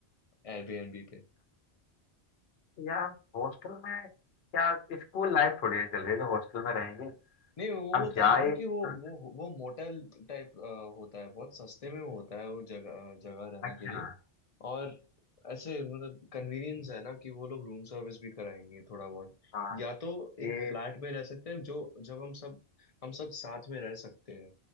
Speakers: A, on the left; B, on the left.
A: एयरबीएनबी पे
B: तो यार हॉस्टल में क्या स्कूल लाइफ थोड़ी ना चल रही है जो हॉस्टल में रहेंगे
A: नहीं वो
B: अब
A: होता
B: जाए
A: है ना
B: तो-
A: कि वो वो वो मोटेल टाइप होता है बहुत सस्ते में होता है वो जगह जगह रहने
B: अच्छा
A: के लिए और ऐसे मतलब कन्वीनियंस है ना कि वो लोग रूम सर्विस भी कराएंगे थोड़ा बहुत
B: हाँ
A: या तो
B: ये
A: एक फ्लैट में रह सकते हैं जो जब हम सब हम सब साथ में रह सकते हैं